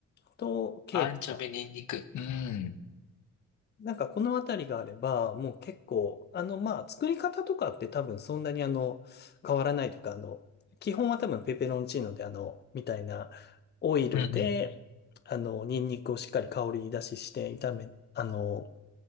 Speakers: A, on the left; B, on the left.
A: とケーパ
B: アンチョビ、ニンニク。うん。
A: ー。なんかこのあたりがあれば、もう結構、あの、まあ、作り方とかって多分そんなにあの、変わらないというか、あの、基本は多分ペペロンチーノであの、みたいなオイルで、
B: うん、うん。
A: あの、ニンニクをしっかり香り出しして炒め、あの、